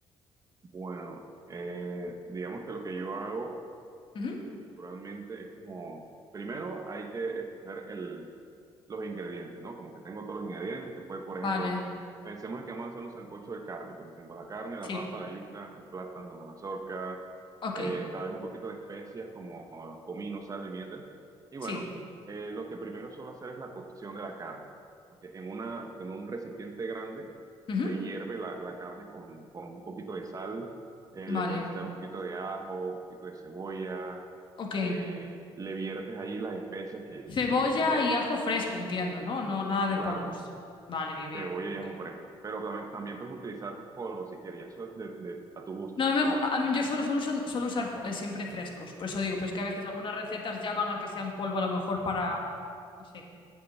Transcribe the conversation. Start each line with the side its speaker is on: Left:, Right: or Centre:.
Right: Bueno, eh, digamos que lo que yo hago
Left: Ujú.
Right: naturalmente es como, primero hay que escoger el, los ingredientes, ¿no? Como que tengo todos los ingredientes, que puede, por
Left: Vale,
Right: ejemplo, pensemos en que vamos a hacer un sancocho de carne, entonces tengo la carne, la
Left: sí,
Right: papa, la yuca, el plátano, la mazorca,
Left: ok,
Right: eh, tal vez un poquito de especias como comino, sal, pimienta. Y bueno,
Left: sí.
Right: eh, lo que primero suelo hacer es la cocción de la carne, porque en una, en un recipiente grande
Left: Ujú.
Right: se hierve la, la carne con, con un poquito de sal, eh,
Left: Vale,
Right: le puedes echar un poquito de ajo, un poquito de cebolla,
Left: ok.
Right: eh, le viertes ahí las especias que,
Left: Cebolla
Right: que, que
Left: y ajo fresco, entiendo, ¿no? No, nada de
Right: Claro,
Left: polvos. Vale, bien, bien,
Right: cebolla
Left: ok.
Right: y ajo fresco. Pero también, también puedes utilizar polvo si quieres, ya eso es de, de- a tu gusto,
Left: No, me
Right: ¿sí?
Left: gu- a mí yo solo suelo, suelo, usar- suelo usar eh, siempre frescos, por eso digo, pero es que a veces algunas recetas llaman a que sean polvo a lo mejor para, no sé,